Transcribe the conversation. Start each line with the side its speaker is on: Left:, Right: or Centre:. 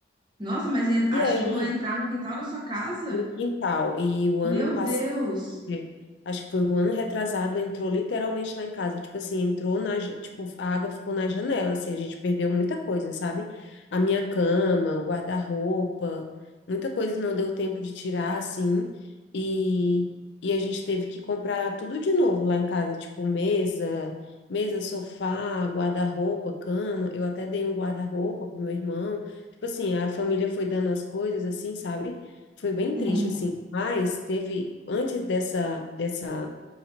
Right: Nossa, mas en- ah,
Left: E aí
Right: chegou a entrar no quintal da sua casa?
Left: no quintal. E o ano
Right: Meu
Left: passado,
Right: Deus!
Left: é, acho que foi o ano retrasado, entrou literalmente lá em casa. Tipo assim, entrou na, ja- tipo, a água ficou na janela, assim, a gente perdeu muita coisa, sabe? A minha cama, o guarda-roupa, muita coisa não deu tempo de tirar, assim, e, e a gente teve que comprar tudo de novo lá em casa, tipo mesa, mesa, sofá, guarda-roupa, cama. Eu até dei um guarda-roupa pro meu irmão. Tipo assim, a família foi dando as coisas, assim, sabe? Foi bem
Right: Sim.
Left: triste, assim. Mas teve, antes dessa, dessa,